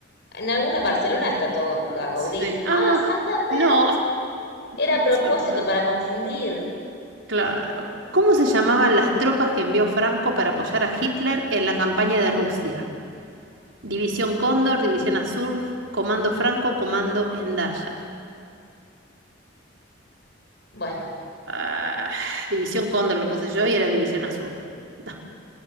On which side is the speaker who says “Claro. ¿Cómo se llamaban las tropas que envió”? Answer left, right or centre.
Right